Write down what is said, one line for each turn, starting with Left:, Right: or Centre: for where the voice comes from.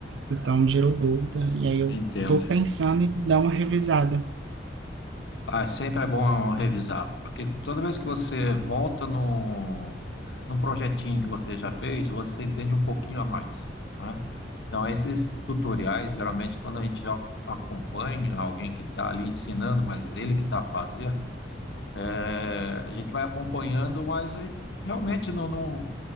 Right: então gerou dúvida, e aí eu
Left: entendo.
Right: estou pensando em dar uma revisada.
Left: Ah, sempre é bom revisar, porque toda vez que você volta no, num projetinho que você já fez, você entende um pouquinho a mais, né? Então, esses tutoriais, geralmente, quando a gente já acompanha alguém que está ali ensinando, mas ele que está fazendo é, a gente vai acompanhando, mas aí realmente não, não,